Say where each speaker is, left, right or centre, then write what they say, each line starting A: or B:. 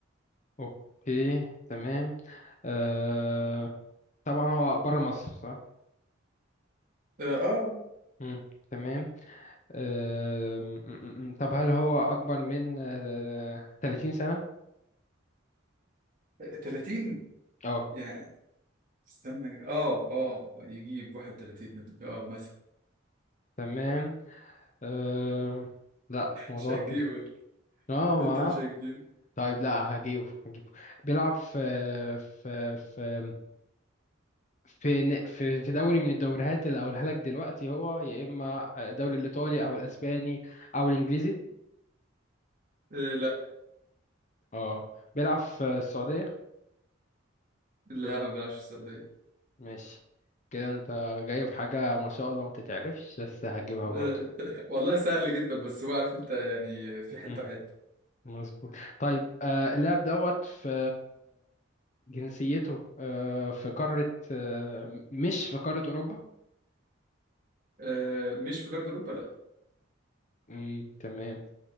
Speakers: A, on the left; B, on the right.
A: اوكي تمام آه... طبعا هو بره مصر صح
B: اه
A: مم. تمام آه... م- م- م. طب هل هو اكبر من آه... 30 سنة
B: آه، 30
A: اه
B: يعني استنى اه اه يجيب 31 اه مثلا
A: تمام آه... لا الموضوع
B: مش هتجيبه
A: كده اه
B: انت مش هتجيبه
A: طيب لا هجيبه هجيبه بيلعب في في في في ن- في في دوري من الدوريات اللي هقولها لك دلوقتي هو يا اما الدوري الايطالي او الاسباني او الانجليزي
B: آه، لا
A: اه بيلعب في السعوديه
B: لا ما بيلعبش السعودية
A: ماشي كده انت جايب حاجه ما شاء الله ما تتعرفش بس هجيبها برضو
B: آه، <laughs> والله سهل جدا بس هو عارف انت يعني في حته
A: م-
B: وحته
A: مظبوط طيب آه، اللاعب دوت في جنسيته آه، في قاره آه، مش في قاره اوروبا
B: آه، مش في كارت اوروبا لا
A: م، تمام